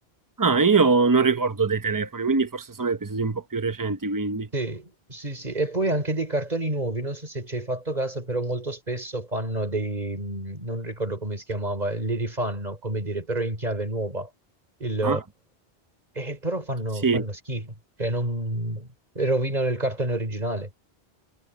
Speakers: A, on the right; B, on the right.
A: Ah, io non ricordo dei telefoni, quindi forse sono episodi un po' più recenti, quindi.
B: Sì, sì, sì, e poi anche dei cartoni nuovi, non so se ci hai fatto caso, però molto spesso fanno dei, mh, non ricordo come si chiamava, li rifanno, come dire, però in chiave nuova, il,
A: Ah,
B: eh, e però fanno,
A: sì,
B: fanno schifo, cioè non, rovinano il cartone originale.